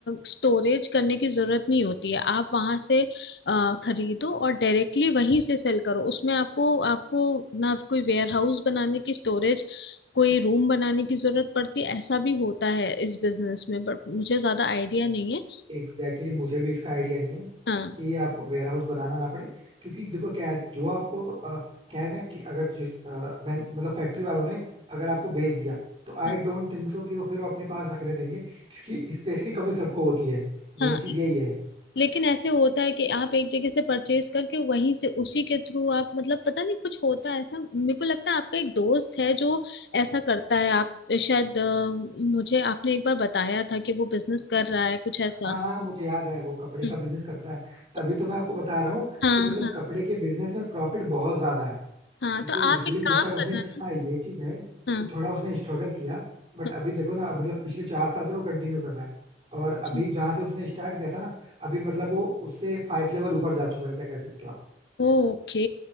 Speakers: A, on the left; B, on the right.
A: स्टोरेज करने की जरूरत नहीं होती है आप वहां से अ, खरीदो और डायरेक्टली वहीं से सेल करो उसमें आपको आपको ना कोई वेयर हाउस बनाने की स्टोरेज कोई रूम बनाने की जरूरत पड़ती है ऐसा भी होता है इस बिजनेस में बट मुझे ज्यादा आइडिया नहीं है
B: एग्जैक्टली exactly मुझे भी इसका आइडिया नहीं है
A: हाँ
B: कि आप वेयरहाउस बनाना ना पड़े क्योंकि देखो क्या है जो आपको अ, क्या है ना कि अगर जिस अ, मैं मतलब फैक्ट्री वालों ने अगर आपको बेच दिया तो आई
A: हाँ
B: डोंट थिंक सो कि वो फिर वो अपने पास रखने देंगे क्योंकि स्पेस की कमी सबको होती है मेन
A: हाँ,
B: चीज यही है
A: लेकिन ऐसे होता है कि आप एक जगह से परचेज करके वहीं से उसी के थ्रू आप मतलब पता नहीं कुछ होता है ऐसा मेरे को लगता है आपका एक दोस्त है जो ऐसा करता है आप शायद अ, मुझे आपने एक बार बताया था कि वो बिजनेस कर रहा है कुछ ऐसा
B: हाँ हाँ मुझे याद है वो कपड़े
A: हम्म।
B: का बिजनेस करता है तभी
A: तो-
B: तो मैं आपको बता रहा हूँ
A: हाँ
B: कि मतलब
A: हाँ
B: कपड़े के बिजनेस में प्रॉफिट बहुत ज्यादा है
A: हाँ
B: क्योंकि
A: तो
B: लिटरली
A: आप एक
B: जिस
A: काम
B: टाइम उसने
A: करना ना
B: हाँ ये चीज है
A: हाँ
B: कि थोड़ा उसने स्ट्रगल किया बट
A: हाँ,
B: अभी देखो ना मतलब पिछले चार साल से वो कंटिन्यू कर रहा है और अभी
A: अच्छा।
B: जहां से उसने स्टार्ट किया था ना अभी मतलब वो उससे फाइव लेवल ऊपर जा चुका है ऐसा कह सकते हो आप।
A: ओके